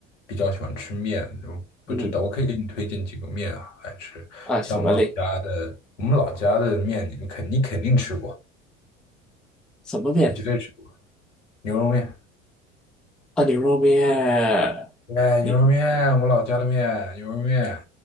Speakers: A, on the left; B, in the centre.
A: 比较喜欢吃面，我不知道，
B: 嗯，
A: 我可以给你推荐几个面啊来吃。
B: 啊，
A: 像我们老家的，
B: 什么嘞？
A: 我们老家的面，你们肯你肯定吃过，
B: 什么面？
A: 你绝对吃过牛肉面。
B: 啊，牛肉面。
A: 哎，
B: 你
A: 牛肉面，我老家的面，牛肉面。